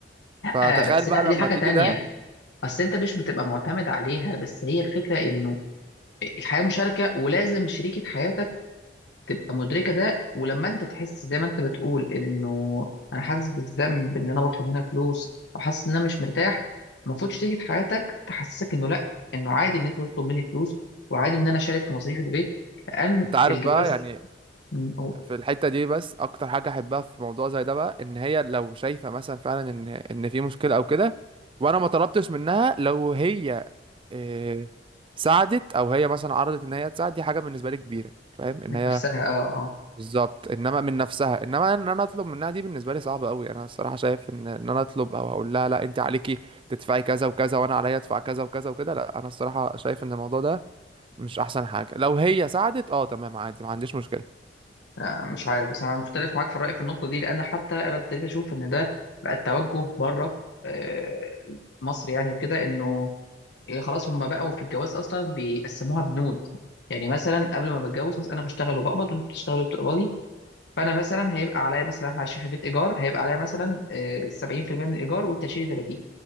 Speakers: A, on the right; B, on the left.
A: فتخيل
B: آه بس
A: بقى
B: لا دي حاجه
A: لما تيجي
B: تانية
A: ده
B: اصل انت مش بتبقى معتمد عليها بس هي الفكره انه الحياه مشاركه ولازم شريكه حياتك تبقى مدركه ده ولما انت تحس زي ما انت بتقول انه انا حاسس بالذنب ان انا بطلب منها فلوس او حاسس ان انا مش مرتاح المفروض شريكه حياتك تحسسك انه لا انه عادي ان انت تطلب مني فلوس وعادي ان انا اشارك في مصاريف البيت لان
A: انت عارف
B: الجواز
A: بقى يعني
B: من
A: في الحتة دي بس اكتر حاجة احبها في موضوع زي ده بقى ان هي لو شايفة مثلا فعلا ان ان في مشكلة او كده وانا ما طلبتش منها لو هي إيه، ساعدت او هي مثلا عرضت ان هي تساعد دي حاجه بالنسبه لي كبيره فاهم ان
B: من
A: هي
B: نفسها اه اه
A: بالظبط انما من نفسها انما ان انا اطلب منها دي بالنسبه لي صعبه قوي انا الصراحه شايف ان ان انا اطلب او اقول لها لا انت عليكي تدفعي كذا وكذا وانا عليا ادفع كذا وكذا وكده لا انا الصراحه شايف ان الموضوع ده مش احسن حاجه لو هي ساعدت اه تمام عادي ما عنديش مشكله
B: لا، مش عارف بس انا مختلف معاك في الراي في النقطه دي لان حتى انا ابتديت اشوف ان ده بقى التوجه بره آه، مصر يعني وكده انه إيه خلاص هم بقوا في الجواز اصلا بيقسموها بنود يعني مثلا قبل ما بتجوز خلاص انا بشتغل وبقبض وانت بتشتغلي وبتقبضي فانا مثلا هيبقى عليا مثلا احنا عايشين في بيت ايجار هيبقى عليا مثلا آه، 70% من الايجار وانت تشيلي 30